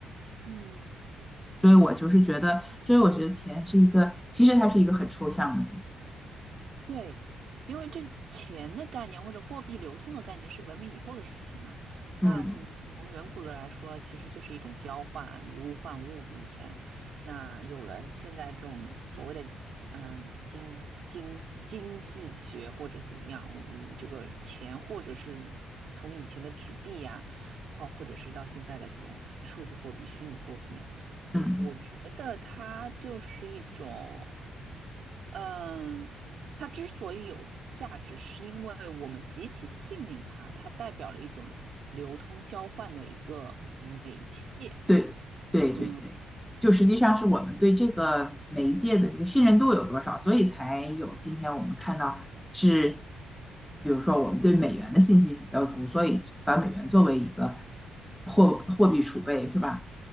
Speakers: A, on the right; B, in the centre.
A: 嗯，
B: 所以我就是觉得，所以我觉得钱是一个，其实它是一个很抽象的东西。
A: 对，因为这钱的概念或者货币流通的概念是文明以后的事情嘛。
B: 嗯
A: 那你从远古的来说，其实就是一种交换，以物换物。以前，那有了现在这种所谓的嗯、呃经经经济学或者怎么样，嗯，这个钱或者是从以前的纸币呀、或或者是到现在的这种数字货币、虚拟货币啊，我我觉得它就是一种。
B: 嗯。
A: 嗯，它之所以有价值，是因为我们集体信任它，它代表了一种流通交换的一个媒介。
B: 对对对对，
A: 嗯，
B: 就实际上是我们对这个媒介的这个信任度有多少，所以才有今天我们看到是，比如说我们对美元的信心比较足，所以把美元作为一个货货币储备是吧？